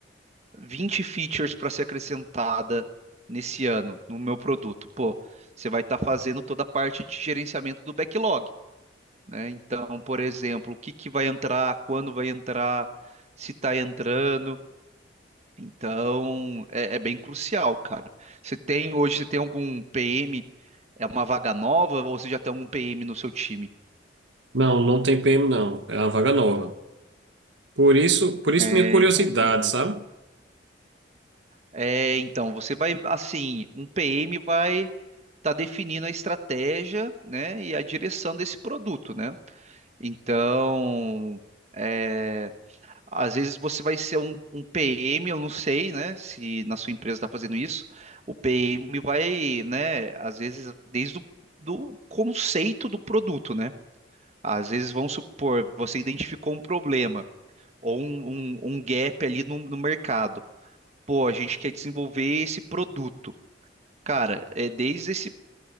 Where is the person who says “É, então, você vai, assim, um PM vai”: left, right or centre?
Right